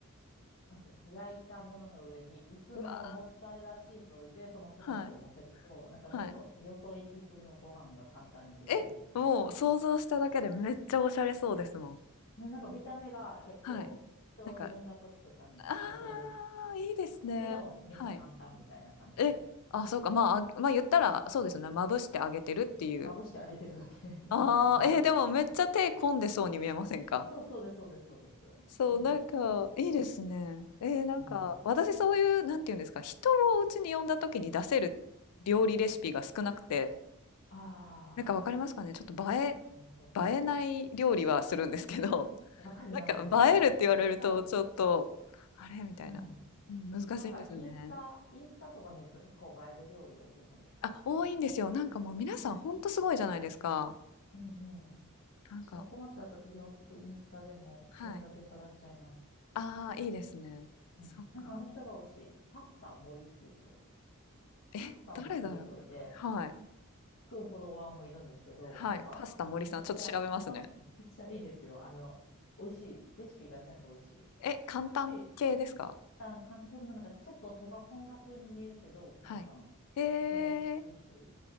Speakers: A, on the left (about 60°); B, on the left (about 85°).
A: なんていうんですか、焼いたものの上に薄めのモッツァレラチーズを置いて、
B: うわ
A: そのトマトを乗せると、
B: はい、
A: なんかちょっとよそ行き風のご飯が簡単にできるんで。
B: はい。え、もう想像しただけでめっちゃおしゃれそうですもん。
A: ななんか見た目が結構人を呼んだ時とかに出せる
B: はい。なんか、ああ、いいですね。
A: けど、めっちゃ簡単みたいな感じで。
B: はい。え、あ、そうか、まあ、あまあ言ったら、そうですね、まぶしてあげてるっていう。
A: うんまぶしてあげてるだけ
B: ああ、
A: <laughs> 混ぜてみたいな。
B: えーでもめっちゃ手込んでそうに見えませんか
A: そうそうです、そうです、そうです。
B: そう、
A: それとかよくします。
B: なんか、いいですね。えーなんか、
A: うん。
B: 私そういう、なんていうんですか、人をうちに呼んだ時に出せる料理レシピが少なくて、
A: あ
B: なんかわかりますかねちょっと映え、
A: あ、わかります、わかります。
B: 映えない料理はするんですけど、
A: わかります、
B: なんか映えるって言われると、
A: わかります。大体、
B: ちょっと、あれ？みたいな。
A: うん。
B: うん、難しいんですよね。
A: なんかインスタ、インスタとか見ると結構映える料理多くないですかなんか、
B: あ、多いんですよ。なんかもう皆さんほんとすごいじゃないですか。
A: ね。うんうん。
B: なんか
A: 私も困った時よ、よくインスタでも献立探しちゃいます。
B: はい。ああ、いいですね。
A: うん。
B: そっか。
A: なんかあの人が美味しい。パスタ森っていう人。
B: え、
A: パスタ森っていう人がいて、
B: 誰だろう。はい。
A: つくフォロワーもいるんですけど、
B: はい。
A: なんか、
B: パスタ森さん、
A: めっちゃ、
B: ちょっと調べますね。
A: パスタめっちゃいいですよ。あの、美味しい。レシピが全部美味しい。
B: え、簡単系ですか？
A: で、簡単、そんななんかちょっと手が込んだ風に見えるけど、簡単
B: はい。へ
A: で、
B: え。
A: 美味しい